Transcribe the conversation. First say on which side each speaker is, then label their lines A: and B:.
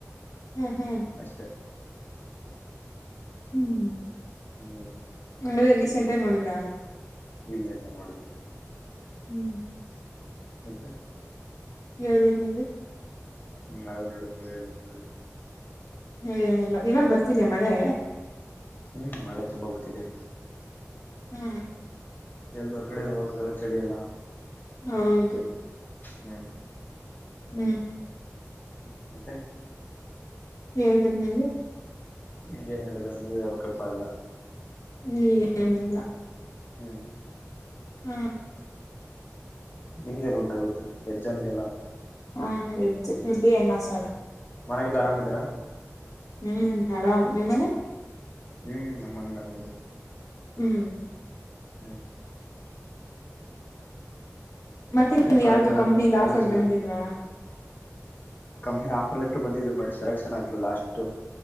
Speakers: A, on the left (about 85°); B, on the left (about 35°).
A: ಹ್ಮ್ ಹ್ಮ್
B: ಅಷ್ಟೇ
A: ಹ್ಮ್
B: ಹ್ಮ್
A: ಅಂಗ್ರೆ ರೀಸೆಂಟ್ ಆಗಿ ನೋಡಿಲ್ಲ
B: ಇಲ್ಲ ಇಲ್ಲ ನೋಡಿಲ್ಲ
A: ಹ್ಮ್
B: ಮತೆ
A: ಹೇಳ್ ಬೇಕ್ ನೀವೇ
B: ಹ್ಮ್ ಅವೇನ್ ಹೇಳುದು ನೀವ್ಳ್ ಬರತ್ತ ಅದು
A: ಹ ಏನಿಲ್ಲ ಇವಾಗ ಬರ್ತಿದೆಯಾ ಮಳೆ
B: ಹ್ಮ್ ಮಳೆ ತುಂಬಾ ಗೊತ್ತಿದೆ
A: ಹ್ಮ್
B: ಎಲ್ದವರ್ ಕಡೆ ಹೋಗಕ್ಕಾಗಲ್ಲ ಚಳಿ ಅಲ್ಲ
A: ಹೌದು
B: ಹ್ಮ್
A: ಹ್ಮ್
B: ಹ್ಮ್ ಮತ್ತೆ
A: ಹ ಹಳ್ಬೇಕ ನಿವೆ
B: ಏನ್ ಹೇಳುದು ನೀವ ಹೇಳಕಲ್ಪ ಇಲ್ಲ
A: ಹ ಏನಿಲ್ಲ
B: ಹ್ಮ್
A: ಹ
B: ನಿಮ್ದ ಏನ್ ಉಂಟಾಗ ಗತ್ತು ಹೆಜ್ಜಾ ಅಂದ್ರೆ ಎಲ್ಲಾ
A: ಹಾ ಎಜಜ್ ಬಿ ಎನ್ನ ಸರ್
B: ಮನಲ್ಲ ಆರಾಮ್ ಇದಿರಾ
A: ಹ್ಮ್ ಆರಾಮ್ ನಿಮ್ಮನೆ
B: ಹ್ಮ್ ನಮ್ಮನೆಗೆ ಆರಮಟ
A: ಹ್ಮ್
B: ಹ್ಮ್
A: ಮತ್ತೆ ನೀವ್
B: ನಾಳೆ
A: ಯಾವ್ದೋ
B: ಕಳೆ
A: ಕಂಪ್ನಿದ
B: ಕಾಲೇಜ್
A: ಆಫರ್
B: ಇಲ್ಲ
A: ಬಂದಿಲ್ವಾ
B: ಕಂಪ್ನಿ ಆಫರ್ ಲೆಟ್ಟರು ಬಂದಿದ್ದು ಬಟ್ ಸೆಲೆಕ್ಷನ್ ಆಗಿಲ್ಲ ಲಾಸ್ಟ್